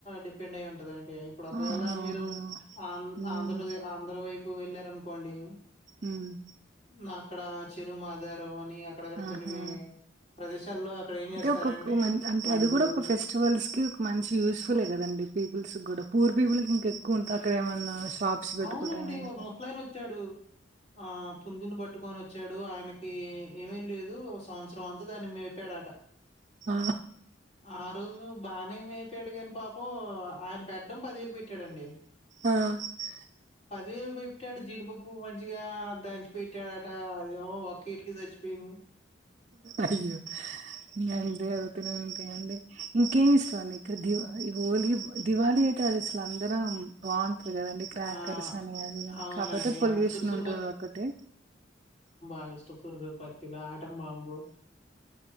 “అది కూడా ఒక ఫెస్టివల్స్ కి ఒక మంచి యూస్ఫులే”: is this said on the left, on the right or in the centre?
Right